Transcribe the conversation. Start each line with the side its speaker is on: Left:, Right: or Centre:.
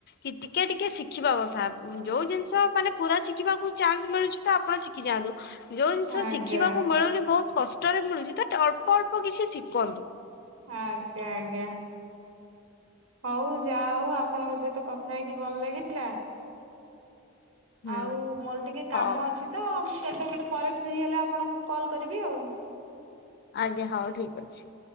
Left: ଟିକେ ଟିକେ ଶିଖିବା କଥା। ଯୋଉ ଜିନିଷ ମାନେ ପୁରା ଶିଖିବାକୁ ଚାନ୍ସ ମିଳୁଛି ତ ଆପଣ ଶିଖି ଯାଆନ୍ତୁ ଯୋଉ ଜିନିଷ
Right: ଆଜ୍ଞା
Left: ଶିଖିବାକୁ ମିଳୁନି ବହୁତ କଷ୍ଟରେ ମିଳୁଛି ତ ଅଳ୍ପ ଅଳ୍ପ କିଛି ଶିଖନ୍ତୁ।
Right: ଆଜ୍ଞା ଆଜ୍ଞା। ହଉ ଯା ହଉ ଆପଣଙ୍କ ସହିତ କଥା ହେଇକି ଭଲ ଲାଗଲା।
Left: ହୁଁ
Right: ଆଉ ମୋର ଟିକେ କାମ
Left: ହଉ
Right: ଅଛି ତ ମୁଁ ଗଟେବେଳେ ପରେ ଫ୍ରି ହେଲେ ଆପଣଙ୍କୁ କଲ୍ କରିବି ଆଉ
Left: ଆଜ୍ଞା ହଁ ଠିକ ଅଛି।